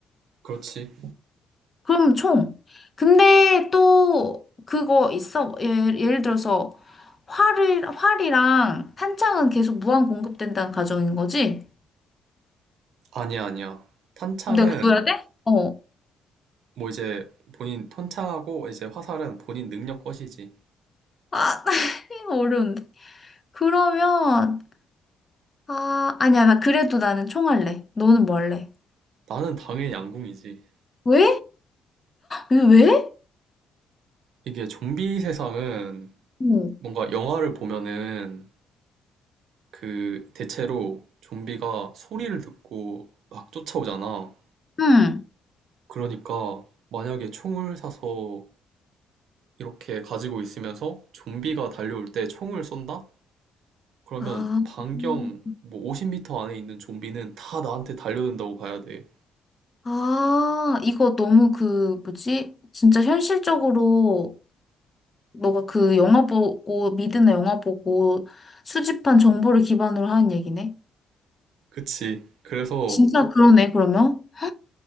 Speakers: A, on the right; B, on the left.
A: 그렇지.
B: 그럼 총. 근데 또 그거 있어. 예를, 예를 들어서 활을, 활이랑 탄창은 계속 무한 공급된다는 가정인 거지?
A: 아니야, 아니야. 탄창은
B: 내가 구해야 돼? 어.
A: 뭐 이제 본인 탄창하고 이제 화살은 본인 능력 것이지.
B: 아, <laughs> 이거 어려운데. 그러면, 아, 아니야. 나 그래도 나는 총 할래. 너는 뭐 할래?
A: 나는 당연히 양궁이지.
B: 왜? 이거 왜?
A: 이게 좀비 세상은
B: 응.
A: 뭔가 영화를 보면은 그 대체로 좀비가 소리를 듣고 막 쫓아오잖아.
B: 응.
A: 그러니까 만약에 총을 사서 이렇게 가지고 있으면서 좀비가 달려올 때 총을 쏜다? 그러면
B: 아,
A: 반경
B: 음.
A: 뭐 50m 안에 있는 좀비는 다 나한테 달려든다고 봐야 돼.
B: 아, 이거 너무 그, 뭐지? 진짜 현실적으로 너가 그 영화 보고 미드나 영화 보고 수집한 정보를 기반으로 하는 얘기네.
A: 그치. 그래서,
B: 진짜 그러네 그러면.